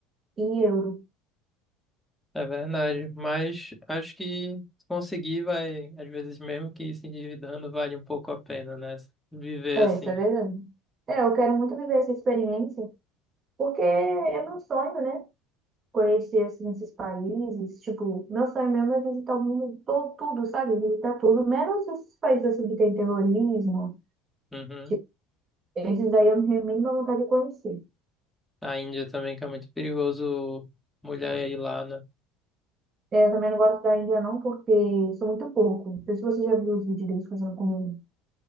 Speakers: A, on the right (about 35°); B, in the centre.
A: em euro.
B: É verdade, mas acho que conseguir vai, às vezes mesmo que se endividando, vale um pouco a pena, né? Viver
A: É,
B: assim.
A: isso é verdade. É, eu quero muito viver essa experiência, porque é meu sonho, né? Conhecer, assim, esses países. Tipo, meu sonho mesmo é visitar o mundo todo, tudo, sabe? Visitar tudo, menos esses países, assim, que tem terrorismo.
B: Uhum.
A: Tipo, esses daí eu não tenho a mínima vontade de conhecer.
B: A Índia também, que é muito perigoso mulher ir lá, né?
A: É, eu também não gosto da Índia não, porque eu sou muito pouco. Não sei se você já viu os vídeos deles fazendo comida.